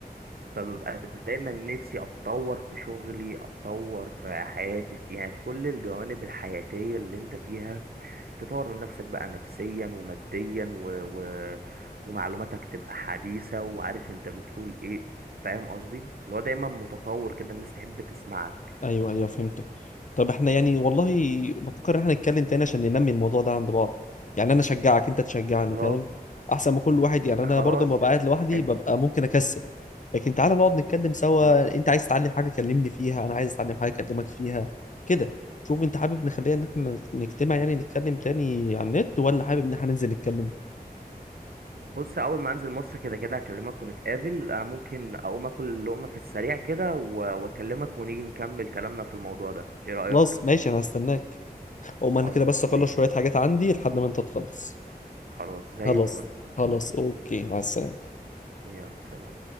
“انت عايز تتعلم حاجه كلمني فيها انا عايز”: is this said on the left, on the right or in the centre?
Left